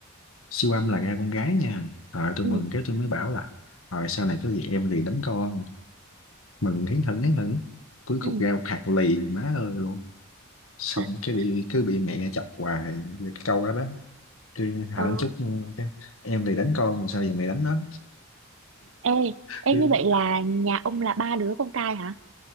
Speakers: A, on the left (about 70°); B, on the right (about 65°).
A: siêu âm là ra con gái nha rồi tôi
B: ừ
A: mừng cái tôi mới bảo là rồi sau này có gì em lì đấm con mừng hiến thỉnh hiến thỉnh cuối
B: ừ.
A: cùng ra một hạt lì má ơi luôn xong
B: <laughs>
A: cái bị cứ bị mẹ chọc hoài về cái câu đó đó chứ hả
B: Ờ.
A: đánh chút cái, em thì đánh con sao giờ mày đánh nó
B: Ê, ê
A: cứ
B: như vậy là nhà ông là ba đứa con trai hả?